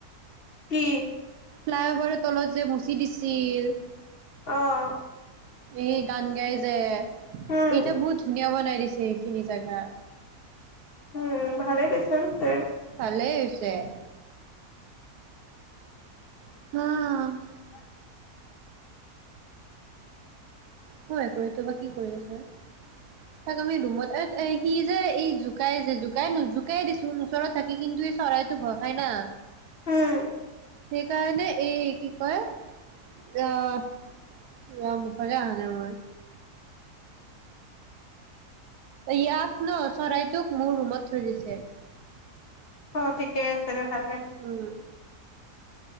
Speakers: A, on the left; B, on the right.
A: কি?
B: ফ্লাই অভাৰৰ তলত যে মচি দিছিল
A: অ',
B: এই গান গাই যে এইতিয়া
A: উম,
B: বহুত ধুনীয়া বনাই দিছিল। যিখিনি জাগা।
A: উম', ভালেই দিছন তে।
B: ভালেই হৈছে ছে <inaudible> হাহ ',
A: হয়। <inaudible>
B: হয় কৰিত বা কি কৰি আচে? তাক আমি ৰুমত এ সি যে এই। জুোকাইছে জোকাই নো জোকাই দিছো ওচৰত থাকি কিন্তু এই চৰাইতো ভয় খাই না।
A: উম',
B: সেইকাৰণে এই কি কয়? আহ', - আহ', মুখলৈ আহা নাই নহয়। য়াত ন। চৰাইটোক মোৰ ৰুমত থৈ দিছে। এক
A: অহ ', ঠিকেই আছে দে। ভালে
B: উম',